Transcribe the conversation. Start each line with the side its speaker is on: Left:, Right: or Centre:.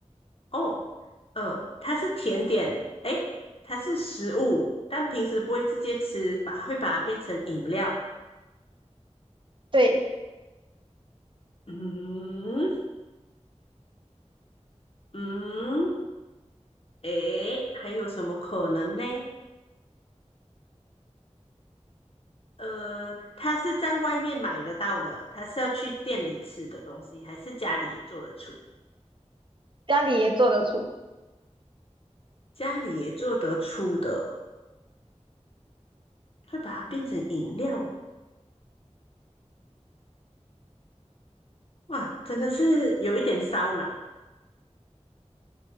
Left: 哦，嗯，它是甜点，诶，它是食物，但平时不会直接吃，把会把它变成饮料。
Right: 对，
Left: 嗯嗯，诶，还有什么可能呢？呃，它是在外面买得到的，它是要去店里吃的东西，还是家里也做得出？
Right: 家里也做得出，
Left: 家里也做得出的，会把它变成饮料。哇，真的是有一点烧脑。